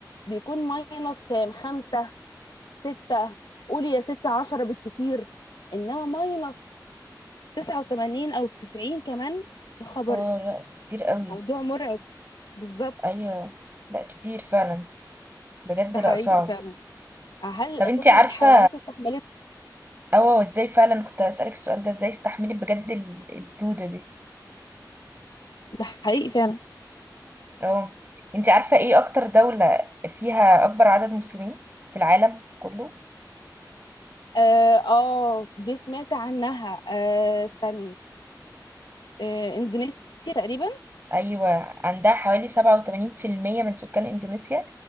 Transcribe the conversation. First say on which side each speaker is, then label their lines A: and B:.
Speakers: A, on the left (about 80°); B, on the right (about 30°).
A: بيكون ماينس كام خمسة ستة قولي يا ستة عشرة بالكتير انما ماينس 89 او 90 كمان يا خبر
B: اه لا كتير قوي
A: موضوع مرعب بالظبط
B: أيوة لا كتير فعلا بجد
A: ده
B: لا
A: حقيقي
B: صعب
A: فعلا هل
B: طب
A: اساسا
B: انتي عارفة
A: الحيوانات استحملت
B: اه ازاي فعلا كنت هسألك السؤال ده ازاي استحملت بجد ال- البرودة دي
A: ده حقيقي فعلا
B: اه انتي عارفة ايه اكتر دولة فيها اكبر عدد مسلمين في العالم كله
A: اه آه، دي سمعت عنها آه استني آه اندونيسيا تقريبا
B: ايوه عندها حوالي 87% من سكان اندونيسيا